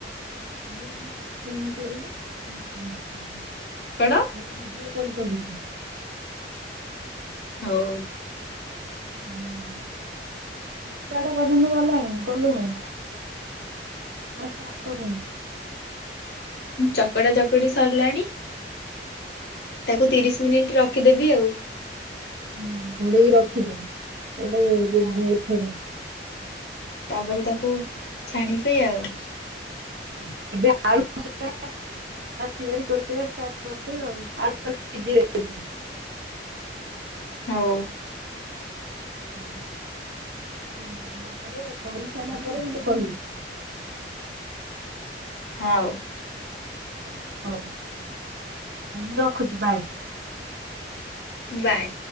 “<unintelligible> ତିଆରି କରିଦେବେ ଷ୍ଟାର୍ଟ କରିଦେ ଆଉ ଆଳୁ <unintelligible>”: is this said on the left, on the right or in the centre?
Right